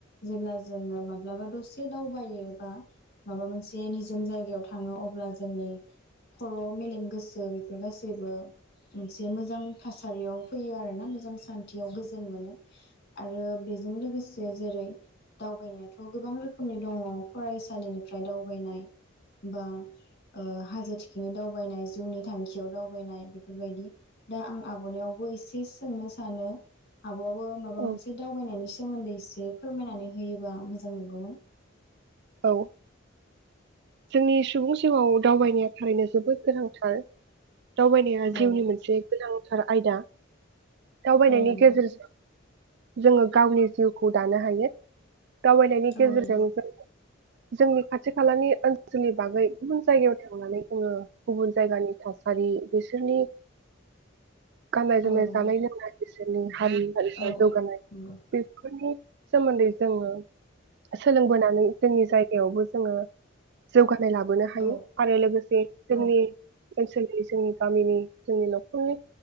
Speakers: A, on the left; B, on the right.
A: जेब्ला जोङो माब्लाबा दसे दावबायो बा माबा मोनसे निजोम जायगायाव थाङो अब्ला जोंनि खर' मेलेम गोसो बेफोर गासैबो मोनसे मोजां मोजां थासारियाव फैयो आरोना मोजां थासा खान्थियाव गोजोन मोनो आरो बेजों लोगोसे जेरै दावबायनायाथ' बे गोबां रोखोमनि दङ फरायसालिनिफ्राय दावबायनाय बा हाजो थखिनि दावबायनाय जिउनि थांखियाव दावबायनाय बेफोरबायदि दा आं आब'नायावबो एसे सोंनो सानो आब'आबो माबा
B: नंगौ
A: मोनसे
B: औ
A: दावबायनायनि सायाव सोमोन्दै एसे फोरमायनानै होयोबा मोजां मोनगौमोन
B: औ जोंनि सुबुं जिउआव दावबायनाया थारैनो जोबोद गोनांथार दावबायनाया
A: औ
B: जिउनि मोनसे गोनां सार आयदा दावबायनायनि
A: औ नंगौ
B: गेजेरजों जोङो गावनि जिउखौ खौ दानो हायो दावबायनायनि
A: औ
B: गेजेरजों
A: नंगौ
B: जों जोंनि खाथि खालानि ओनसोल ओनसोलनि बागै गुबुन जायगायाव थांनानै जोङो गुबुन जायगानि थासारि बिसोरनि गाननाय जोमनाय
A: औ नंगौ
B: जानाय लोंनाय बिसोरनि हारि हारिसा
A: औ
B: जौगानाय
A: नंगौ
B: बेफोरनि सोमोन्दै जोङो सोलोंबोनानै जोंनि जाय बेयावबो जोङो जौगानाय लाबोनो हायो
A: औ
B: आरो लोगोसे जोंनिओ
A: औ
B: ओनसोलनि जोंनि गामिनि जोंनि न'खरनि